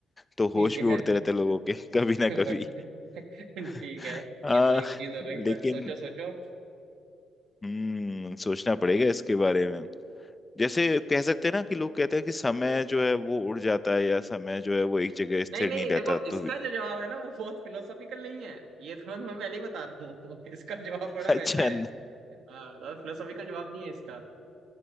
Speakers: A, on the left; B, on the right.
A: तो
B: ठीक
A: होश भी
B: है
A: उड़ते रहते हैं लोगों के <laughs> कभी ना
B: <laughs>
A: कभी
B: बट ठीक
A: <laughs>
B: है
A: आ,
B: ये तो एक चीज हो गई
A: लेकिन
B: बट सोचो सोचो
A: हम्म सोचना पड़ेगा इसके बारे में जैसे कह सकते हैं ना कि लोग कहते हैं कि समय जो है वो उड़ जाता है या समय जो है वो एक जगह स्थिर
B: नहीं नहीं
A: नहीं रहता
B: देखो
A: तो
B: इसका
A: भी
B: जो जवाब है ना वो बहुत फिलोसॉफिकल नहीं है ये तो मैं तुम्हें पहले ही बता रहा हूँ <laughs> इसका जवाब
A: <laughs>
B: बड़ा
A: अच्छा
B: वैसा है हाँ, ज्यादा फिलोसॉफिकल जवाब नहीं है इसका